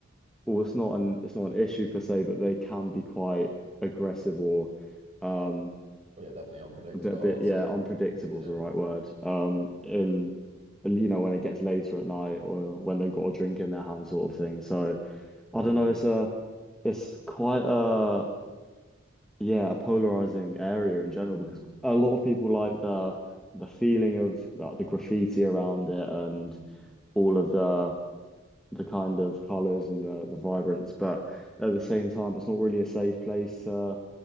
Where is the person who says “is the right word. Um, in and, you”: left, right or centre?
Centre